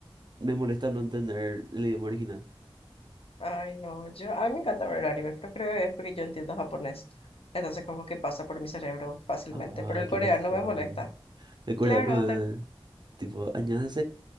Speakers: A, on the right; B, on the left.
A: me molesta no entender el idioma original.
B: Ay, no, yo, a mí me encanta ver el anime, pero creo que es porque yo entiendo japonés. Entonces, como que pasa por mi cerebro fácilmente,
A: Ay,
B: pero el
A: qué
B: coreano
A: pesado.
B: me molesta.
A: El coreano
B: Claro, te-
A: es tipo, yo